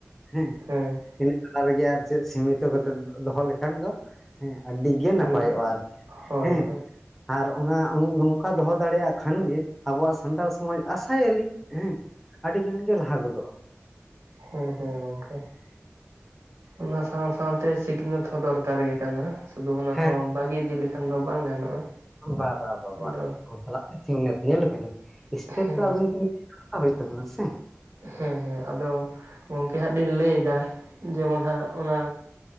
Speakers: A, in the centre; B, on the right (about 70°).
A: ᱦᱮᱸ᱾
B: ᱦᱮᱸ ᱾
A: ᱤᱱᱟᱹ ᱛᱟᱞᱟ ᱨᱮᱜᱮ ᱟᱨ ᱪᱮᱫ ᱥᱤᱢᱤᱛᱚ ᱠᱟᱛᱮ ᱫᱚᱦᱚ ᱞᱮᱠᱷᱟᱱ ᱫᱚ ᱦᱮᱸ ᱟᱹᱰᱤ ᱜᱮ ᱱᱟᱯᱟᱭᱚᱜᱼᱟ
B: ᱦᱩᱸ
A: ᱟᱨᱠᱤ,
B: ᱦᱳᱭ
A: ᱦᱮᱸ
B: ᱦᱳᱭ
A: ᱾ ᱟᱨ ᱚᱱᱟ ᱱᱚᱝᱠᱟ ᱫᱚᱦᱚ ᱫᱟᱲᱮᱭᱟᱜ ᱠᱷᱟᱱ ᱜᱮ ᱟᱵᱚᱣᱟᱜ ᱥᱟᱱᱛᱟᱲ ᱥᱚᱢᱟᱡᱽ ᱟᱥᱟᱭᱟᱞᱤᱧ ᱦᱮᱸ, ᱟᱹᱰᱤ ᱜᱟᱱ ᱜᱮ ᱞᱟᱦᱟ ᱜᱚᱫᱚᱜᱼᱟ᱾
B: ᱦᱮᱸ ᱦᱮᱸ ᱜᱚᱝᱠᱮ ᱾ ᱚᱱᱟ ᱥᱟᱶ ᱥᱟᱶᱛᱮ ᱥᱤᱠᱷᱱᱟᱹᱛ ᱦᱚᱸ ᱫᱚᱨᱠᱟᱨ ᱜᱮ ᱠᱟᱱᱟ᱾ ᱥᱩᱫᱩ ᱚᱱᱟ
A: ᱦᱮᱸ
B: ᱦᱚᱸ ᱵᱟᱜᱤ ᱤᱫᱤ ᱞᱤᱠᱷᱟᱱ ᱫᱚ ᱵᱟᱝ ᱜᱟᱱᱚᱜᱼᱟ᱾
A: ᱵᱟ ᱵᱟ ᱵᱟᱵᱟ
B: ᱟᱫᱚ
A: ᱵᱟᱯᱞᱟᱜ ᱥᱤᱠᱷᱱᱟᱹᱛ ᱧᱮᱞᱵᱤᱱ ᱥᱴᱮᱯ
B: ᱦᱮᱸ
A: ᱛᱚ ᱟᱵᱤᱱ ᱛᱚᱵᱤᱱ <inaudible> ᱦᱟᱛᱟᱣ ᱦᱳᱭᱳᱜ ᱛᱟᱵᱤᱱᱟ ᱥᱮ ᱾
B: ᱦᱮᱸ ᱦᱮᱸ ᱟᱫᱚ ᱜᱚᱝᱠᱮ ᱦᱟᱸᱜ ᱞᱤᱧ ᱞᱟᱹᱭᱫᱟ ᱡᱮᱢᱚᱱ ᱦᱟᱸᱜ ᱚᱱᱟ